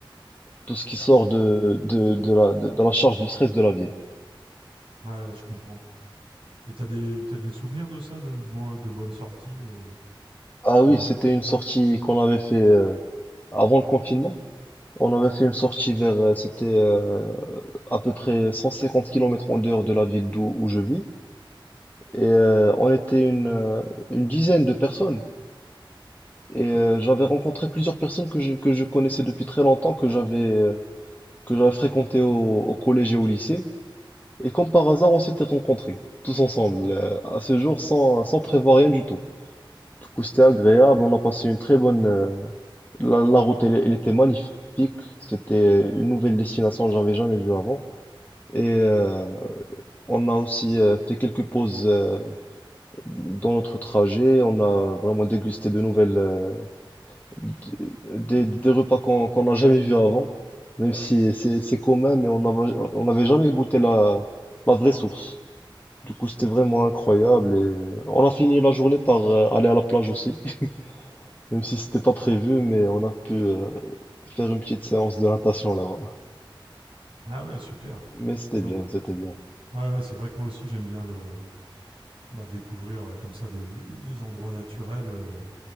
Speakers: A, on the left (about 20°); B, on the right (about 80°).
A: tout ce qui sort de de de la de, de la charge du stress de la ville.
B: ouais, je comprends. Et t'as des t'as des souvenirs de ça, de bon- de bonnes sorties euh,
A: Ah oui,
B: en moto?
A: c'était une sortie qu'on avait fait euh, avant le confinement. On avait fait une sortie vers. euh, C'était euh, à peu près 150 km en dehors de la ville d'où où je vis. Et euh, on était une, euh, une dizaine de personnes. Et euh, j'avais rencontré plusieurs personnes que je, que je connaissais depuis très longtemps, que j'avais euh, que j'avais fréquenté au, au collège et au lycée. Et comme par hasard, on s'était rencontrés, tous ensemble, euh, à ce jour, sans, sans prévoir rien du tout. Du coup, c'était agréable, on a passé une très bonne... euh, la, la route, elle, elle était magnifique. C'était une nouvelle destination que j'avais jamais vue avant. Et euh, on a aussi euh, fait quelques pauses euh, Dans notre trajet, on a vraiment dégusté de nouvelles, euh, d- des, des repas qu'on qu'on n'a jamais vus avant, même si c'est c'est commun, mais on n'avait on n'avait jamais goûté la, la vraie source. Du coup, c'était vraiment incroyable et on a fini la journée par euh, aller à la plage aussi, <laughs> même si c'était pas prévu, mais on a pu euh, faire une petite séance de natation là-bas.
B: Ah ouais, super.
A: Mais c'était
B: Dis donc.
A: bien, c'était bien.
B: Ouais, ouais, c'est vrai que moi aussi j'aime bien le bah, découvrir euh, comme ça des, des endroits naturels. euh,